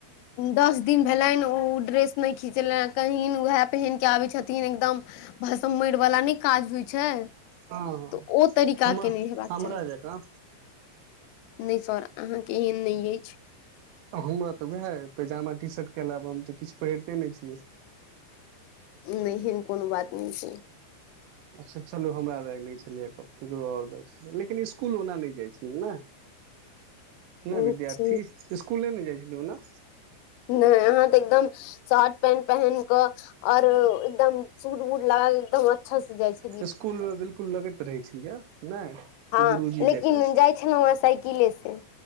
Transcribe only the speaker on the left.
दस दिन भेलनि ओ ड्रेस नहि खिचले कही उएह पहिन के आबे छथिन तीन एकदम भसम मर वाला नहि काज होइ छै तऽ
ओ तरीका
के नि हेबाक
चाही
नहि सर अहाँके एहन नहि अछि
नै एहन कोनो बात नहि छै
<inaudible>
छै
नहि आहा तऽ एकदम शर्ट पेंट पहिन कऽ और एकदम सूट उट लागल एकदम अच्छा से जाय छै
हँ
लेकिन
जाइ छलहुँ ह साइकिले से